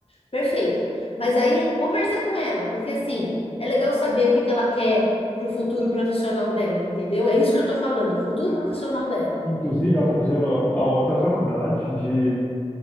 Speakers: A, on the left; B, on the left.
A: perfeito. Mas aí conversa com ela, porque assim, é legal saber o que que ela quer pro futuro profissional dela, entendeu? É isso que eu tô falando, o futuro profissional
B: Inclusive, ela está fazendo a outra faculdade de